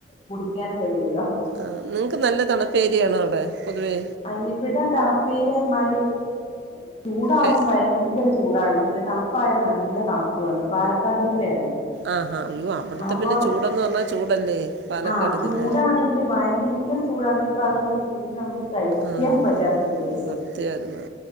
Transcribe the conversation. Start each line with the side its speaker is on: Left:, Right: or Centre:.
Left: കുടി പിക്കാന <inaudible> കഴിയൂല്ല
Right: ആഹ ന <unintelligible> നല്ല തണുത്തേരിയാണോ അവിടെ പൊതുവേ
Left: ആ ഇവിടെ തണുപ്പേ പറഞ്ഞാല് ആഹ ചൂടകുമ്പോം
Right: ഹെ
Left: ഭയങ്കര ചൂടാണ് പക്ഷെ തണുപ്പായ നല്ല തണുപ്പാണ് പാലക്കാട് ജില്ലയാണ്
Right: ആഹാ അയ്യോ അവിടുത്തെ
Left: അപ്പൊ
Right: പിന്നെ ചൂടെന്ന് പറഞ്ഞാ ചൂടല്ലേ പാലക്കാട്
Left: ആഹ ചൂടാണെങ്കിൽ
Right: ജില്ല
Left: ഭയങ്കര ചൂടാണ് ഈ പ്രാവശ്യ ചൂട് നമുക്ക് സഹിക്കാൻ
Right: ആഹ്
Left: പറ്റാത്തെ ചൂടായിരുന്നു
Right: സത്യായിരുന്നു